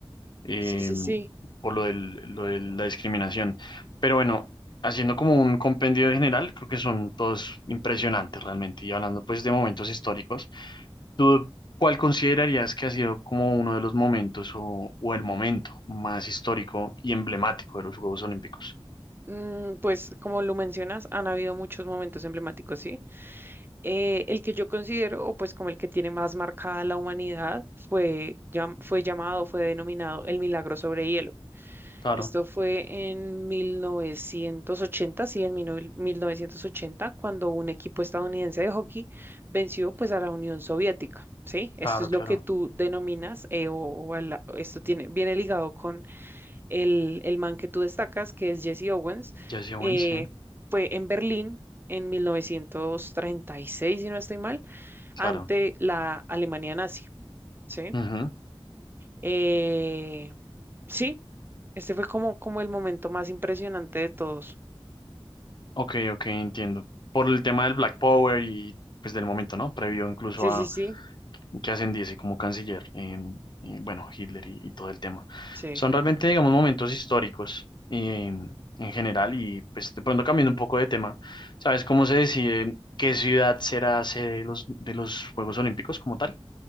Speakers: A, on the left; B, on the right.
A: em,
B: Sí, sí, sí.
A: por lo del- lo de la discriminación. Pero bueno, haciendo como un compendio general, creo que son todos impresionantes realmente. Y hablando pues de momentos históricos, ¿tú cuál considerarías que ha sido como uno de los momentos o, o el momento más histórico y emblemático de los Juegos Olímpicos?
B: Mm, Pues como lo mencionas, han habido muchos momentos emblemáticos, ¿sí? Eh, el que yo considero, o pues como el que tiene más marcada la humanidad, fue, llam- fue llamado, fue denominado el milagro sobre hielo.
A: Claro.
B: Esto fue en 1980, sí, en mil- nove- 1980, cuando un equipo estadounidense de hockey venció pues a la Unión Soviética, ¿sí? Esto
A: Claro,
B: es
A: claro.
B: lo que tú denominas, eh, o, o a la- esto tiene, viene ligado el, el man que tú destacas, que es Jesse Owens,
A: Jesse Owens,
B: eh,
A: sí.
B: fue en Berlín en 1936, si no estoy mal,
A: Claro.
B: ante la Alemania nazi, ¿sí?
A: Ujú.
B: Eh, sí, este fue como, como el momento más impresionante de todos.
A: Ok, ok, entiendo. Por el tema del Black Power y pues del momento, ¿no? Previo incluso
B: Sí,
A: a
B: sí, sí,
A: que ascendiese como canciller, eh, eh, bueno, Hitler y, y todo el tema.
B: sí.
A: Son realmente, digamos, momentos históricos eh, en general y pues de pronto cambiando un poco de tema, ¿sabes cómo se decide qué ciudad será sede de los, de los Juegos Olímpicos como tal?